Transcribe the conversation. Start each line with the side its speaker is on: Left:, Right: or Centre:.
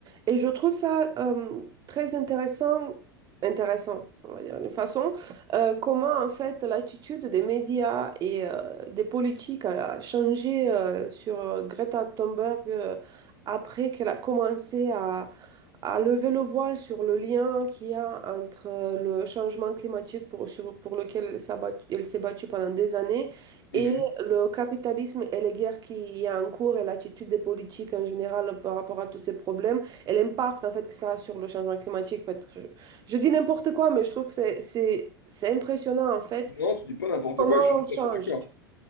Right: Et je trouve ça euh, très intéressant, intéressant, on va dire, de façon, euh, comment en fait l'attitude des médias et euh, des politiques a changé euh, sur euh, Greta Thunberg euh, après qu'elle a commencé à à lever le voile sur le lien qu'il y a entre euh, le changement climatique pour, sur- pour lequel elle s'est battue, elle s'est battue pendant des années et
Left: Mhm.
Right: le capitalisme et les guerres qu'il y a en cours et l'attitude des politiques en général par rapport à tous ces problèmes et l'impact en fait que ça a sur le changement climatique. Parce que je, je dis n'importe quoi, mais je trouve que c'est, c'est, c'est impressionnant en fait
Left: Non, tu dis pas n'importe
Right: comment
Left: quoi, je suis tout
Right: on change.
Left: à fait d'accord.